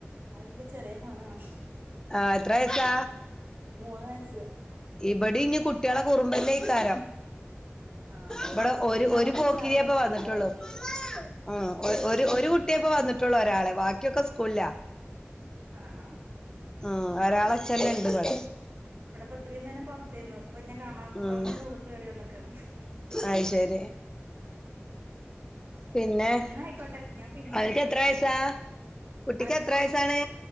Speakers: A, on the right; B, on the left.
A: അതിന്റെ ചെറിയ മോനാണ്
B: ആഹ് എത്ര വയസ്സാ?
A: മൂന്ന് വയസ്സ്.
B: ഇബടിം ഞ് കുട്ട്യേളെ കുറുമ്പെന്നെക്കാരം
A: ആ
B: ഇവിടെ
A: എനിക്കിന്ന്
B: ഒരു ഒരു
A: ഉച്ച
B: പോക്കിരിയെ
A: ആവണം
B: ഇപ്പോന്നിട്ടുള്ളുവന്നിട്ടുള്ളു
A: ഫ്രീ ആവണെങ്കില്
B: ആ ഒരു ഒരു കുട്ടിയപ്പോ വന്നിട്ടുള്ള ഒരാളെ ബാക്കിയൊക്കെ സ്കൂളിലാ
A: ആ ആ
B: ഉ ഒരാളച്ചല് ഉണ്ട് കട
A: ഇവിടെപ്പം എത്രയും നേരം പുറത്ത്ആയിരുന്നു ഇപ്പൊ ഞാൻ കാണാത്ത
B: ഉം
A: കൊണ്ട് ഉൾ കേയറി വന്നൊക്കെയാണ്
B: അത് ശരി പിന്നെ
A: ഇന്നയിക്കോട്ടെ ഞാൻ പിന്നെ
B: അവൾക്ക്
A: വിളിക്കാം
B: എത്ര
A: നാട്ടില്ലേ
B: വയസാ കുട്ടിക്ക്
A: ആർക്ക്
B: എത്ര വയസ്സാണ്